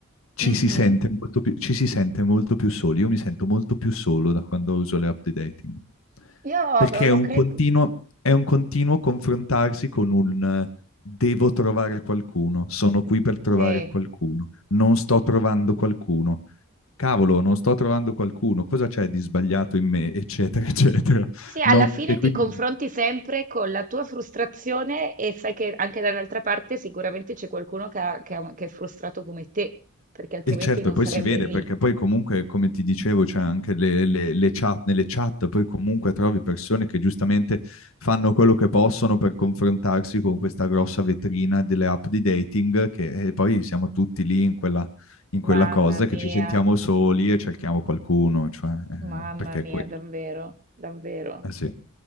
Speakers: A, on the left (about 70°); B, on the right (about 35°).
A: ci
B: Mhm.
A: si sente molto più, ci si sente molto più soli. Io mi sento molto più solo da quando uso le app di dating.
B: Io
A: Perché è
B: lo
A: un
B: credo,
A: continuo, è un continuo confrontarsi con un eh, devo trovare qualcuno, sono qui per trovare
B: sì.
A: qualcuno, non sto trovando qualcuno. Cavolo, non sto trovando qualcuno, cosa c'è di sbagliato in me, eccetera, <laughs> eccetera.
B: Sì, alla
A: No,
B: fine
A: e quindi
B: ti confronti sempre con la tua frustrazione e sai che anche dall'altra parte sicuramente c'è qualcuno che, ha- che ha- che è frustrato come te, perché altrimenti
A: E certo,
B: non
A: e poi
B: sarebbe
A: si vede
B: lì.
A: perché poi comunque, come ti dicevo, c'è anche le, le- le chat, nelle chat poi comunque trovi persone che giustamente fanno quello che possono per confrontarsi con questa grossa vetrina delle app di dating che e poi siamo tutti lì in quella, in quella
B: Mamma
A: cosa
B: mia,
A: che ci sentiamo soli e cerchiamo qualcuno, cioè, eh,
B: mamma
A: perché
B: mia,
A: è quello.
B: davvero, davvero.
A: Eh sì,